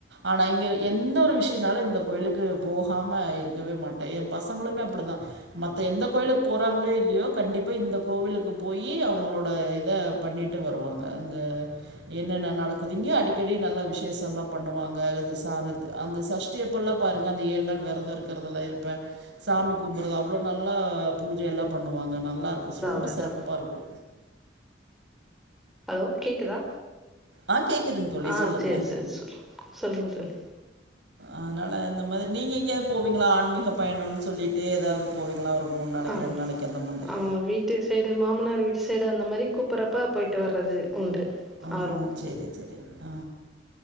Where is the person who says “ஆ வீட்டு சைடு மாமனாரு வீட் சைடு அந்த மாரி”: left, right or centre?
Centre